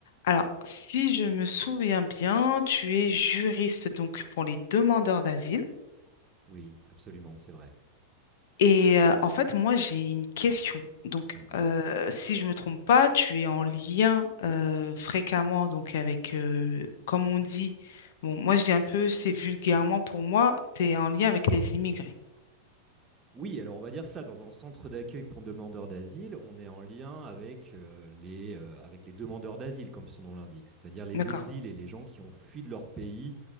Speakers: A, on the left; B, on the right.
A: Alors, si je me souviens bien, tu es juriste donc pour les demandeurs d'asile.
B: Oui, absolument, c'est vrai.
A: Et euh, en fait, moi, j'ai une question. Donc,
B: Mhm.
A: euh, si je me trompe pas, tu es en lien euh, fréquemment donc avec, euh, comme on dit, bon, moi je dis un peu, c'est vulgairement pour moi, tu es en lien avec les immigrés.
B: Oui, alors on va dire ça, dans un centre d'accueil pour demandeurs d'asile, on est en lien avec, euh, les, euh, avec les demandeurs d'asile, comme son nom l'indique, c'est-à-dire les
A: D'accord.
B: exils et les gens qui ont fui de leur pays